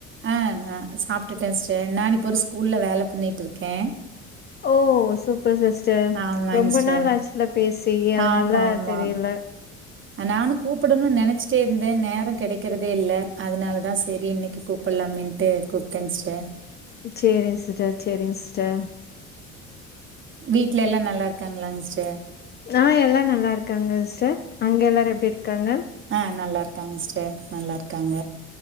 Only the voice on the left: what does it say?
ஓ சூப்பர் சிஸ்டர்
ரொம்ப
நாள் ஆச்சில பேசி அதனால
தெரில
சேரிங்க சிஸ்டர் சேரிங்க சிஸ்டர்
ஆ எல்லா நல்லா இருக்காங்க சிஸ்டர் அங்க எல்லாரு எப்டி இருக்காங்க